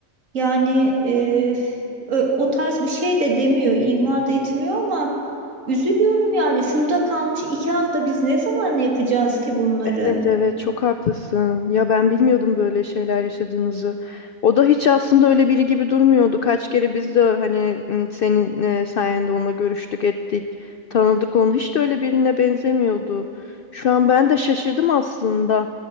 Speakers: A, on the right; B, on the left.
A: Yani e, ö- o tarz bir şey de demiyor, ima da etmiyor ama üzülüyorum yani. Şurada kalmış iki hafta biz ne zaman yapacağız ki bunları?
B: Evet evet çok haklısın. Ya ben bilmiyordum böyle şeyler yaşadığınızı. O da hiç aslında öyle biri gibi durmuyordu. Kaç kere biz de hani m, senin e, sayende onunla görüştük, ettik, tanıdık onu. Hiç de öyle birine benzemiyordu. Şu an ben de şaşırdım aslında.